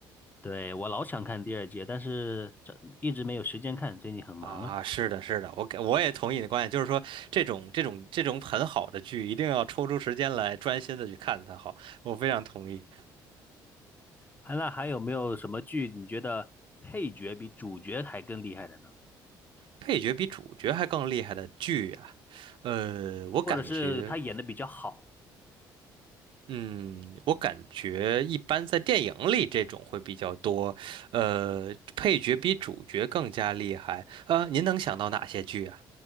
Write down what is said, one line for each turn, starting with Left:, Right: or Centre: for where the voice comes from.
Left: 对，我老想看第二季，但是这一直没有时间看，最近很忙啊。
Right: 啊。是的，是的，我给我也同意你的观点，就是说这种这种这种很好的剧，一定要抽出时间来专心的去看它好，我非常同意。
Left: 还那还有没有什么剧你觉得配角比主角还更厉害的呢？
Right: 配角比主角还更厉害的剧啊，呃，我感觉。
Left: 或者是他演的比较好？
Right: 嗯，我感觉一般在电影里这种会比较多，呃，配角比主角更加厉害。呃，您能想到哪些剧啊？